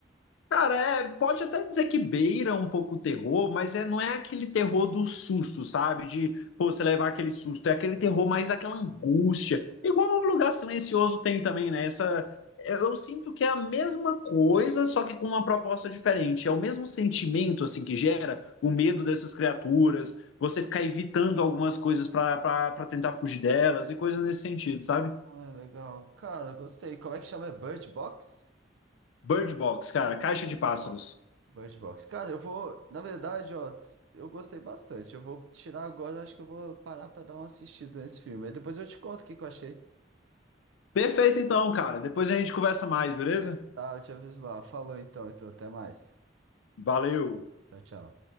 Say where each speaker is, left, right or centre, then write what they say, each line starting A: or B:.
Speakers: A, on the left; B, on the right.
A: Cara, é, pode até dizer que beira um pouco o terror, mas é, não é aquele terror do susto, sabe? De, pô, você levar aquele susto. É aquele terror mais daquela angústia. Igual o Lugar Silencioso tem também, né? Essa, eu, eu sinto que é a mesma coisa, só que com uma proposta diferente. É o mesmo sentimento, assim, que gera o medo dessas criaturas, você ficar evitando algumas coisas pra para tentar fugir delas e coisa nesse sentido, sabe?
B: Ah, legal. Cara, gostei. Como é que chama? É Bird Box?
A: Bird Box, cara, Caixa
B: Bird
A: de Pássaros.
B: Box. Bird Box. Cara, eu vou. Na verdade, ó, ts- eu gostei bastante. Eu vou tirar agora, acho que eu vou parar pra dar uma assistida nesse filme. Aí depois eu te conto o que que eu achei.
A: Perfeito então, cara. Depois a gente conversa mais, beleza?
B: Tá, eu te aviso lá. Falou então, então, até mais.
A: Valeu!
B: Tchau, tchau.